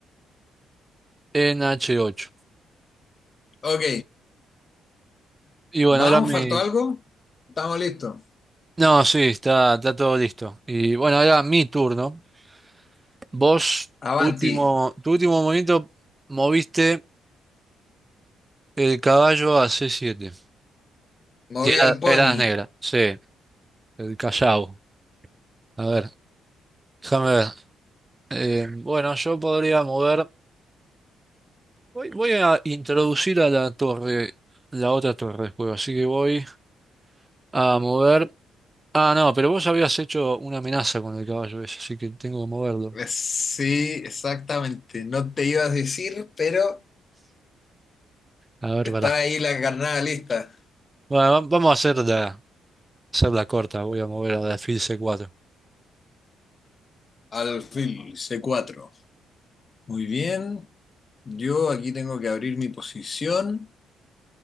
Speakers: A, on the right; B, on the left.
A: en H8.
B: Ok,
A: Y bueno,
B: vamos,
A: ahora mi
B: ¿faltó algo? Estamos listos.
A: No, sí, está, está todo listo. Y bueno, ahora mi turno. Vos,
B: Avanti,
A: tu último, tu último movimiento, moviste el caballo a C7.
B: moví
A: Y era,
B: al pony.
A: era negra, sí, el Callao. A ver. Déjame ver. Eh, bueno, yo podría mover. Voy, voy a introducir a la torre, la otra torre del juego, así que voy a mover. Ah, no, pero vos habías hecho una amenaza con el caballo ese, así que tengo que moverlo.
B: Eh, Sí, exactamente. No te ibas a decir, pero
A: A ver,
B: está
A: pará.
B: ahí la carnada lista.
A: Bueno, va- vamos a hacer la, hacer la corta, voy a mover al alfil c cuatro.
B: Alfil C4. Muy bien. Yo aquí tengo que abrir mi posición.